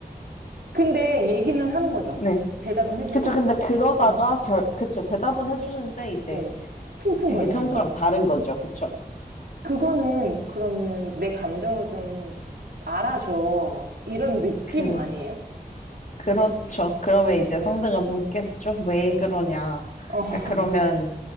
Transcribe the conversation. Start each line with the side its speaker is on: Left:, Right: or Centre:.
Right: 근데 얘기는 하는 거죠.
Left: 네.
Right: 대답은 해주고,
Left: 그쵸. 근데 그러다가
Right: 응
Left: 결, 그쵸. 대답은 해주는데 이제
Right: 네. 퉁퉁거리는
Left: 되게 평소랑
Right: 거.
Left: 다른 거죠. 그쵸.
Right: 그거는 그러면 내 감정을 좀 알아줘. 이런 느낌
Left: 그래.
Right: 아니에요?
Left: 그렇죠. 그러면 이제
Right: 네.
Left: 상대가 묻겠죠. 왜 그러냐.
Right: 어, <laughs>
Left: 근데 그러면